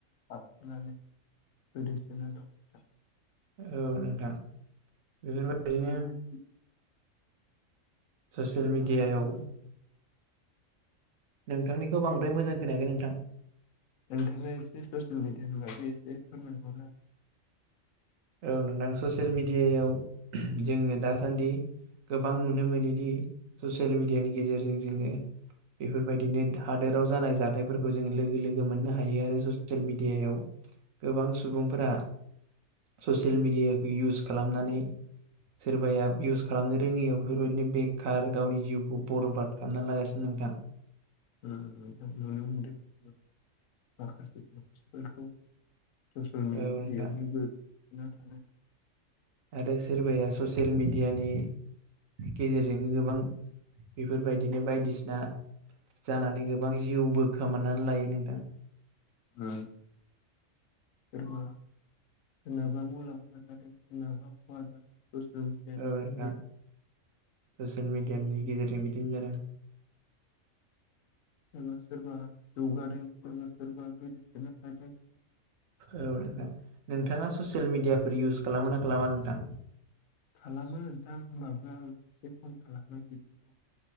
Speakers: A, on the left; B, on the right.
A: <unintelligible> नानै गोदोसोनना दं नोंथां।
B: औ नोंथां। बेफोरबायदिनो
A: <unintelligible>
B: ससियेल
A: नोंथाङा
B: मिडियायाव।
A: एसे फोरमाय
B: नोंथांनिखौ बांद्राय मोजां खोनायाखै नोंथां।
A: नोंथाङा एसे ससियेल मिडियानि बागै एसे फोरमायहरबावदो।
B: औ नोंथां ससियेल मिडियायाव जोङो दासान्दि गोबां नुनो मोनोदि ससियेल मिडियानि गेजेरजों जोङो। बेफोर बायदिनो हादोराव जानाय जाथायफोरखौ जोंङो लोगो लोगो मोननो हायो आरो ससियेल मिडियायाव गोबां सुबुंफोरा ससियेल मेडियाखौ इउस खालामनानै सोरबाया इउस खालामनो रोङियाव बेफोर बायदिनो बेखार गावनि जिउखौ बरबाद खालामना लागासिनो दङ। नोंथां।
A: नुनो मोनदों माखासे मानसिफोरखौ ससियेल मिडियावनो
B: औ नोंथां
A: गोदोना थानाय।
B: आरो सोरबाया ससियेल मिडियानि गेजेरजोंनो गोबां बेफोर बायदिनो बायदिसिना जानानै गोबां जिउबो खोमनानै लायो नोंथां।
A: उम। सोरबा सोरनाबा मुलाम्फा जादों सोरनाबा खहा जादों। ससियेल मिडियानि
B: औ
A: बागै
B: नोंथां ससियेल मिडियानि गेजेरजों बिदि फिदिं जादों।
A: सोरबा सोरबा जौगादों सोरबा सोरबा गोदोसोनो थादों।
B: औ नोंथां नोंथाङा ससियेल मिडियाफोर इउस खालामो ना खालामा नोंथां?
A: खालामो नोंथां। होमबाबो आं एसे खम खालामो बिदिखौ